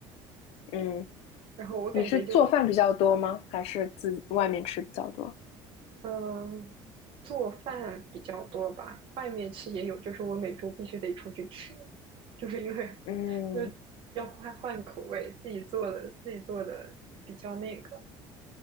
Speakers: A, on the left; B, on the right.
A: 嗯，
B: 然后我感觉就
A: 你是做饭比较多吗？还是自己外面吃比较多？
B: 嗯，做饭比较多吧，外面吃也有，就是我每周必须得出去吃，就是因为
A: 嗯
B: <laughs> 就是要换换口味，自己做的自己做的比较那个。